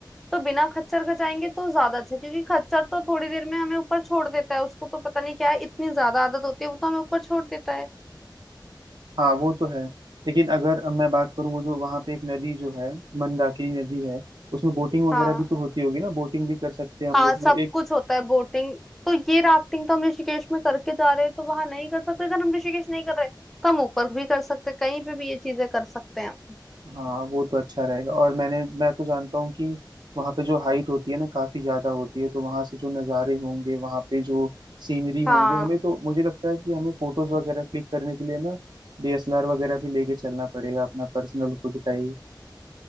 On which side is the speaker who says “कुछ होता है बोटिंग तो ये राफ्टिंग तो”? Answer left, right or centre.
Centre